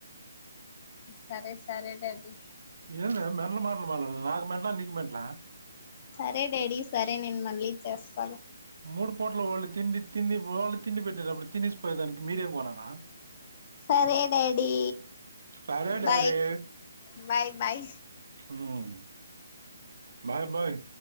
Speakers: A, on the left; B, on the right.
A: సరే సరేలేండి
B: ఏ మె మెంటల్ మాట్ల మాట్లాడుతున్నావ్ నాకు మెంట్లా నీకు మంట్లా
A: సరే డాడీ సరే నేను మళ్ళీ చేస్తాను
B: మూడు పూట్ల వాళ్ళు తిండి తిం వాళ్ళు తిండి పెట్టేటప్పుడు తినేసి పోయేదానికి మీరేం కొనాల
A: సరే డాడీ
B: సరే డాడీ
A: బాయ్ బాయ్ బాయ్
B: ఉమ్. Bye buy